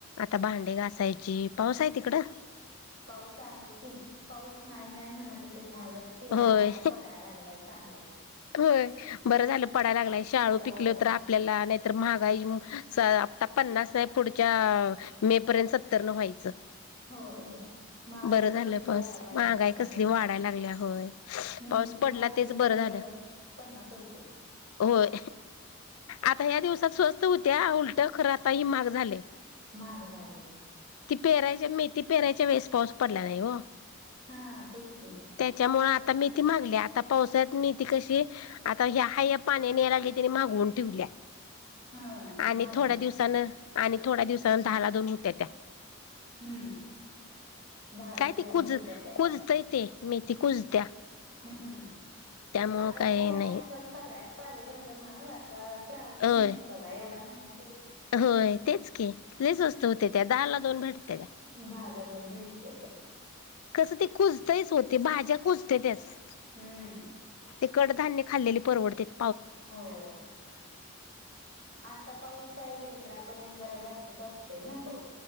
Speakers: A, on the left; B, on the right.
A: आता भांडे घासायची, पाऊस आहे तिकडं?
B: पाऊस आहे की, पाऊस नाही नाही म्हणत ते शि
A: होय
B: आणि आता पडाय लागलाय चांगलाच.
A: होय, बरं झालं पडायला लागलाय, शाळू
B: होय
A: पिकलं तर आपल्याला नाहीतर महागाई स पन्नास नाही पुढच्या मे पर्यंत सत्तर न व्हायचं.
B: होय, महागाई
A: बरं झालं
B: कसली वाढाय
A: पाऊस
B: लागल्या
A: महागाई
B: आता
A: कसली
B: खरं.
A: वाढायला लागल्या होय
B: मेथीची
A: पाऊस पडला
B: भाजी
A: तेच बरं
B: तर
A: झालं
B: अ पन्नास रुपये.
A: होय, आता ह्या दिवसात स्वस्त होत्या, उलट खरं आता हे महाग झालय.
B: महाग झालंय.
A: ती पेरायच्या, मेथी पेरायच्या वेळेस पाऊस पडला नाही वो.
B: हा, तेच कि.
A: त्याच्यामुळे आता मेथी महागल्या, आता पावसाळ्यात मेथी कशी आता ह्या हाय या पाण्याने याय लागल्या, त्यानी माघवून ठेवल्या.
B: हा
A: आणि
B: मागून
A: थोड्या दिवसानं, आणि थोड्या दिवसान दहा ला दोन होत्या त्या.
B: हम्म, दहा
A: काय
B: ला दोन
A: ते कुज
B: होत्या त्याता.
A: कुजतय ते मेथी कुजत्या
B: हम्म,,
A: त्यामुळं
B: आता
A: काही
B: खर या्या
A: नाही
B: दिवसाात सगळ्यातऽ पालेभज्या महाग,, आता श्रावण
A: होय
B: महिन्यात बघा,, एवढा महिन्याऽ
A: होय, तेच कि,, लय स्वस्त होत्या त्या,, दहा ला दोन भेटत त्याऽ
B: दहाला भेटते त्या,,
A: कसं ते कुजतयच हो, ते भाज्या कुजते त्यासऽ
B: हम्म,
A: ते कडधान्य खाल्लेली परवडत्यात.
B: होय, आता पाऊस काय बेंद्रापर्यंत जरा जातऽ असतंय ना पाऊस.